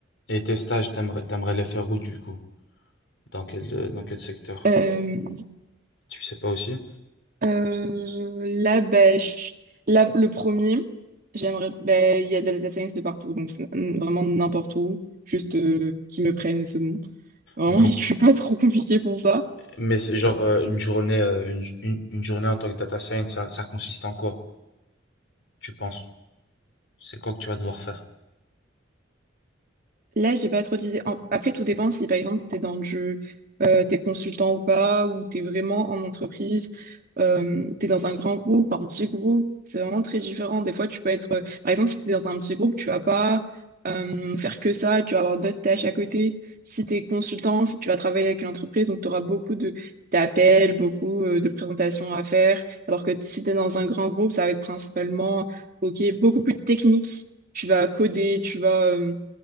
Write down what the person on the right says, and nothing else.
Euh,
Euh, là, ben, je- là, le premier, j'aimerais, ben, il y a de la data science de partout, donc c'est n- vraiment n'importe où, juste euh, qu'ils me prennent et c'est bon. Vraiment,
<laughs> je suis pas trop compliquée pour ça.
Là, j'ai pas trop d'idées. En- Après, tout dépend si, par exemple, t'es dans du... euh, t'es consultant ou pas, ou t'es vraiment en entreprise, euh, t'es dans un grand groupe, enfin, un petit groupe. C'est vraiment très différent. Des fois, tu peux être... euh, Par exemple, si t'es dans un petit groupe, tu vas pas euh, faire que ça. Tu vas avoir d'autres tâches à côté. Si t'es consultant, si tu vas travailler avec une entreprise, donc t'auras beaucoup de... d'appels, beaucoup euh, de présentations à faire. Alors que si t'es dans un grand groupe, ça va être principalement, OK, beaucoup plus technique. Tu vas coder, tu vas... euh,